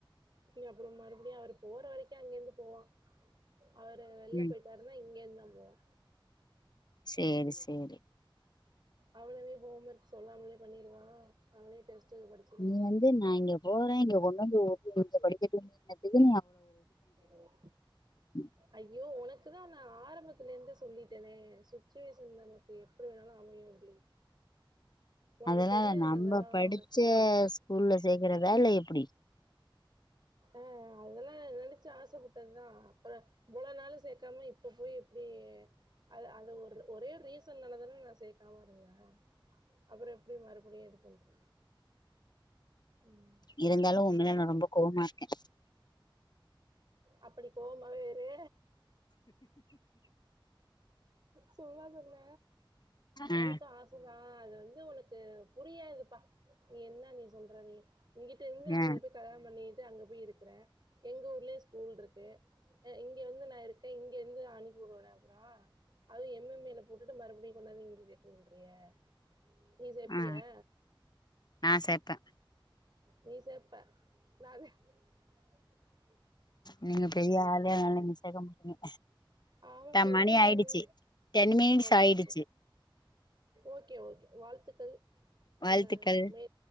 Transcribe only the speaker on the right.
இனி அப்புறோ மறுபடியு அவர் போற வரைக்கு அங்க இருந்து போவா அவரு வெள்ல
போயிட் டாருனா இங்க இருந்தா போவா
அவனாவே ஹோம் ஒர்க் சொல்லாமலே பண்ணிடுவா அவனே டெஸ் ட்டுக்கு படிச்சிருவா
ஓ ஓ
ஐயோ உனக்குதா நா ஆரம்பத்துல இருந்தே சொல்லிட்டேனே சுச்சுவேஷன் நமக்கு எப்டி வேணாலு அமையு <inaudible> ஒனக்கு
தெரியாது
அதல்லா
ஒனக்கு
அ அதெல்லா நா நெனைச்சு ஆசப்பட்டதுதா அப்பறோ இவ்ளோ நாளு சேக்காம இப்ப போய் எப்படிய அல அது ஒரு ஒரே ரீசன்னாலதான நா‌ சேக் காம இருந்த அப்புறோ எப்படி மறுபடியு இது பண்றதே ம்
அப்ப நீ கோவமாவே இரு சும்மா சொன்ன
எனக்கு ஆச தா அது வந்து உனக்கு புரியாதுப்பா நீ என்ன நீ சொல்ற நீ இங்கிட்டு இருந்து அங்க
போய் கல்யாணம் பண்ணிட்டு அங்க போய் இருக்கற எங்க ஊர்லேயு ஸ்கூல்ருக்கு அ இங்க வந்து நா இருக்க இங்க வந்து நா அனுப்பி உடுவனா அப்புறோ அது எம் எம் ஏல போட்டுட்டு மறுபடியு கொண்டாந்து இங்க சே சொல்றியா நீ சேப்பியா
நீ சேப்ப நா சே ஆஹ்
ஆமா
பெரிய
ஆளுடி
ஓகே
ஓகே ஓகே ஓகே வாழ்த்துக்கள்
அ மே